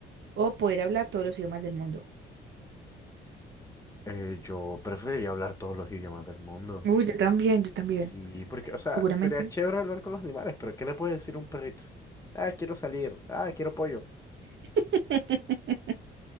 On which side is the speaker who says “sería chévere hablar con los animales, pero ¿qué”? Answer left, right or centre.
Left